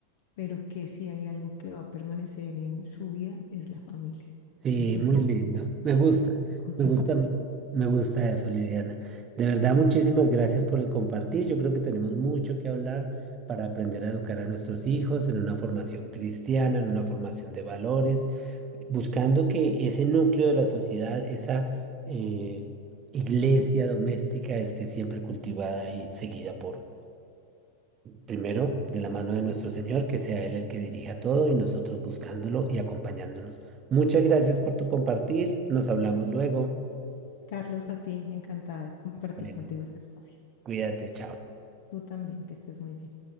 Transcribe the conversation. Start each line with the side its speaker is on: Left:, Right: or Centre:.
Left: pero que si hay algo que va a permanecer en su vida es la familia.
Right: Sí,
Left: Entonces,
Right: muy lindo. Me gusta,
Left: eso quiero contarte.
Right: me gusta, me gusta eso, Liliana. De verdad, muchísimas gracias por el compartir. Yo creo que tenemos mucho que hablar para aprender a educar a nuestros hijos en una formación cristiana, en una formación de valores, buscando que ese núcleo de la sociedad, esa eh, iglesia doméstica, esté siempre cultivada y seguida por Primero, de la mano de nuestro Señor, que sea Él el que dirija todo y nosotros buscándolo y acompañándonos. Muchas gracias por tu compartir. Nos hablamos luego.
Left: Carlos, a ti, encantada de compartir
Right: Bueno,
Left: contigo este espacio.
Right: cuídate, chao.
Left: Tú también, que estés muy bien.